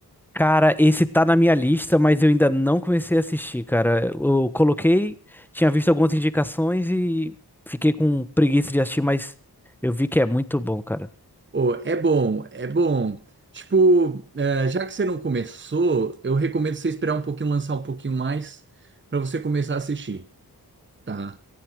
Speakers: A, in the centre; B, on the right.
A: Cara, esse tá na minha lista, mas eu ainda não comecei a assistir, cara. Eu coloquei, tinha visto algumas indicações e fiquei com preguiça de assistir, mas eu vi que é muito bom, cara.
B: Ô, é bom, é bom. Tipo, é, já que você não começou, eu recomendo você esperar um pouquinho, lançar um pouquinho mais pra você começar a assistir, tá?